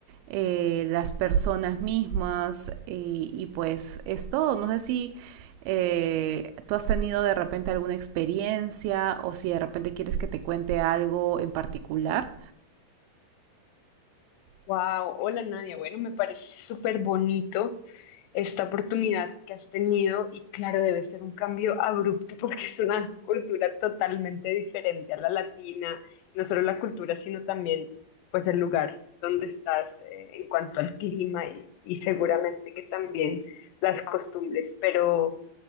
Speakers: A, on the right; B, on the left.
A: eh, las personas mismas, y, y pues es todo. No sé si eh, ¿tú has tenido de repente alguna experiencia o si de repente quieres que te cuente algo en particular?
B: Wow, hola Nadia. Bueno, me parece súper bonito esta oportunidad que has tenido y claro, debe ser un cambio abrupto porque es una cultura totalmente diferente a la latina, no solo la cultura, sino también pues el lugar donde estás eh, en cuanto al clima y, y seguramente que también las costumbres. Pero